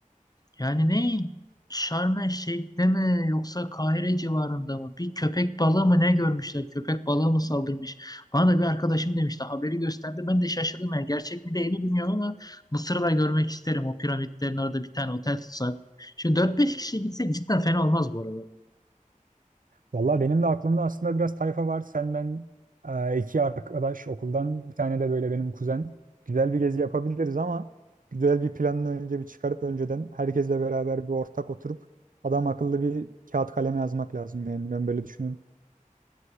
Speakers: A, on the left; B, on the right.
A: Yani ne? Şarm El Şeyh'te mi yoksa Kahire civarında mı? Bir köpek balığı mı ne görmüşler? Köpek balığı mı saldırmış? Bana da bir arkadaşım demişti. Haberi gösterdi. Ben de şaşırdım. Yani gerçek mi değil mi bilmiyorum ama Mısır'ı da görmek isterim. O piramitlerin orada bir tane otel tutsak. Şimdi dört beş kişi gitsek cidden fena olmaz bu arada.
B: Valla benim de aklımda aslında biraz tayfa var. Sen ben e, iki arkadaş okuldan bir tane de böyle benim kuzen. Güzel bir gezi yapabiliriz ama güzel bir planını önce bir çıkarıp önceden herkesle beraber bir ortak oturup adam akıllı bir kağıt kaleme yazmak lazım. Yani ben böyle düşünüyorum.